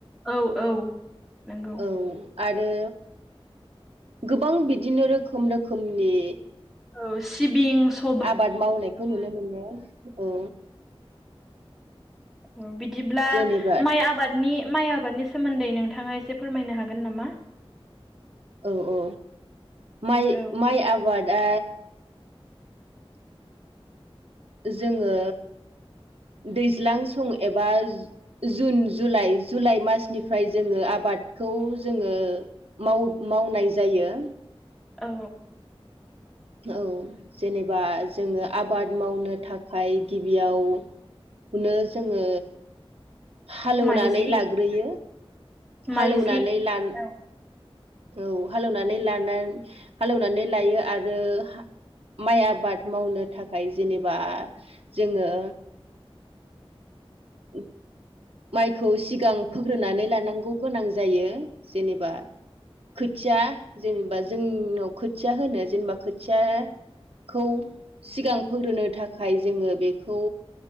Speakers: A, in the centre; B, on the right (about 75°).
A: औ औ नंगौ
B: औ आरो। गोबां बिदिनो रोखोम रोखोमनि।
A: औ सिबिं स
B: आबाद मावनायखौ नुनो मोनो औ
A: औ बिदिब्ला
B: जेनेबा
A: माइ आब आबादनि माइ आबादनि सोमोन्दै नोंथाङा एसे फोरमायनो हागोन नामा?
B: औ औ माइ
A: औ
B: माइ आबादा। जोङो दैज्लां सम एबा जुन जुलाइ जुलाइ मासनिफ्राय जोङो आबादखौ जोङो। माव मावनाय जायो।
A: औ।
B: औ जेनेबा जोङो आबाद मावनो थाखाय गिबियाव। खौनो जोङो हालौवनानै
A: माइज्लि
B: लाग्रोयो।
A: माइज्लि
B: हालौनानै लान
A: औ
B: औ हालौनो हालौनानै लायो आरो हा माइ आबाद मावनो थाखाय जेनेबा जोङो। <unintelligible> माइखौ सिगां फोग्रोनानै लानांगौ गोनां जायो जेनेबा। खोथिया जेनेबा जोंनाव खोथिया होनो जेनेबा खोथिया। खौ सिगां फोग्रोनो थाखाय जोङो बेखौ